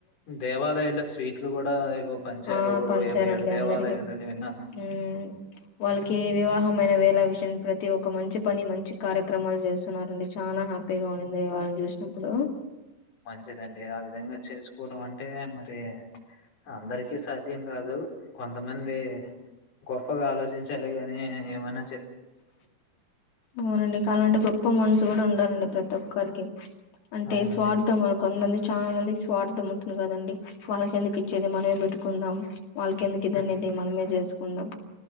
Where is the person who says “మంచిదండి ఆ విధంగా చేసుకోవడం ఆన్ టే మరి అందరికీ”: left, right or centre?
Left